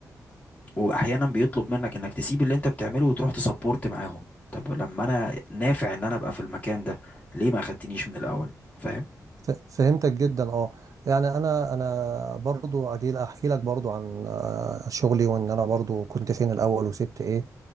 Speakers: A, on the left; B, on the right.
A: واحيانا بيطلب منك انك تسيب اللي انت بتعمله وتروح تسبورت معاهم طب لما انا نافع ان انا ابقى في المكان ده ليه ما اخدتنيش من الاول فاهم
B: ف- فهمتك جدا أه يعني أنا أنا برضو أجي أحكي لك برضو عن آه، شغلي وإن أنا برضو كنت فين الأول وسبت إيه